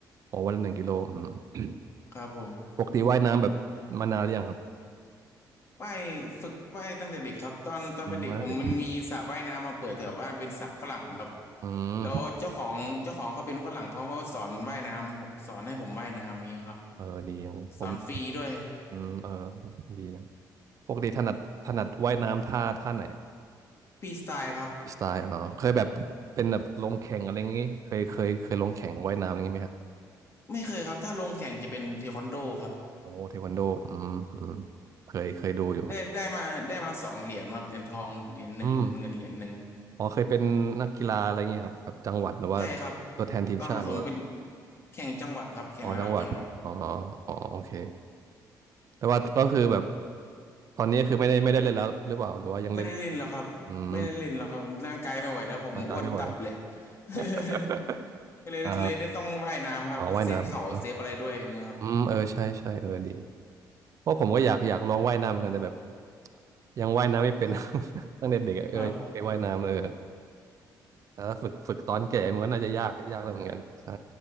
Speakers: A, on the right (about 50°); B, on the left (about 35°).
A: โอ้วันละหนึ่งกิโลอืม
B: ครับผม
A: ปกติว่ายน้ำแบบมานานหรือยังครับ
B: ว่ายฝึกว่ายตั้งแต่เด็กครับตอนตอนเป็นเด็กผมมันมีสระว่ายน้ำมาเปิดแถวบ้านเป็นสระฝรั่งครับ
A: อืมว่าเด็กอืม
B: แล้วเจ้าของเจ้าของเขาเป็นฝรั่งเขามาสอนว่ายน้ำผมสอนให้ผมว่ายน้ำอย่างเงี้ยครับ
A: เออดีอย่างเลยผม
B: สอนฟรีด้วย
A: อืมเออดีนะปกติถนัดถนัดว่ายน้ำท่าท่าไหน
B: ฟรีสไตล์ครับ
A: สไตล์อ๋อเคยแบบเป็นแบบลงแข่งอะไรอย่างงี้เคยเคยเคยลงแข่งว่ายน้ำอะไรอย่างงี้ไหมครับ
B: ไม่เคยครับถ้าลงแข่งจะเป็นเทควันโดครับ
A: โอ้เทควันโดอืมอืมเคยเคยดูอยู่
B: ได้ได้มาได้มาสองเหรียญครับเหรียญทองเหรียญหนึ่งเหรียญเงินเหรียญหนึ่ง
A: อืมอ๋อเคยเป็นนักกีฬาอะไรอย่างเงี้ยครับแบบจังหวัดหรือว่า
B: ใช่ครับ
A: ตัวแทนทีมชาติหรือว่า
B: ตอนประถมเป็นแข่งจังหวัดครับแข่งระดับจังหวัด
A: อ๋อจังหวัดอ๋ออ๋อโอเคแต่ว่าก็คือแบบตอนนี้คือไม่ได้ไม่ได้เล่นแล้วหรือเปล่าหรือว่ายังเล่น
B: ไม่ได้เล่นแล้วครับไม่ได้เล่นแล้วครับร่างกายไม่ไหวแล้วผมอ้วนตับเลย
A: อืมร่างกายไม่ไหว
B: <laughs>
A: <laughs>
B: ก็เลยเลยได้ต้องว่ายน้ำครับเพราะเซฟเข่าเซฟอะไรด้วยอย่างเงี้ยครับ
A: เอ่ออ๋อว่ายน้ำเอออืมเออใช่ใช่เออดี เพราะผมก็อยากอยากลองว่ายน้ำเหมือนกันแต่แบบยังว่ายน้ำไม่เป็น <laughs> ตั้งแต่เด็กอะเออเคยว่ายน้ำเออ
B: ครับ
A: แต่ถ้าฝึกฝึกตอนแก่มันก็น่าจะยากยากแล้วเหมือนกันใช่